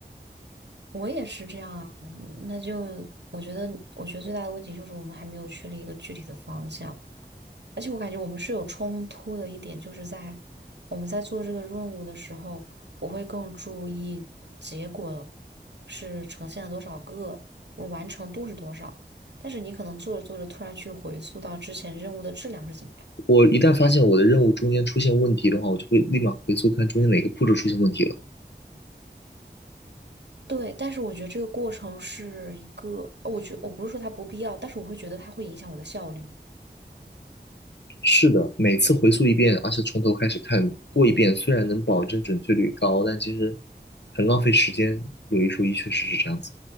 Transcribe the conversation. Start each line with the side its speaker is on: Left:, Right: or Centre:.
Right: 我也是这样啊。嗯那就我觉得，我觉得最大的问题就是我们还没有确立一个具体的方向，而且我感觉我们是有冲突的一点，就是在我们在做这个任务的时候，我会更注意结果是呈现了多少个，我完成度是多少。但是你可能做着做着，突然去回溯到之前任务的质量是怎么样。
Left: 我一旦发现我的任务中间出现问题的话，我就会立马回溯看中间哪个步骤出现问题了。
Right: 对，但是我觉得这个过程是一个，我觉我不是说它不必要，但是我会觉得它会影响我的效率。
Left: 是的，每次回溯一遍，而且从头开始看过一遍，虽然能保证准确率高，但其实很浪费时间。有一说一，确实是这样子。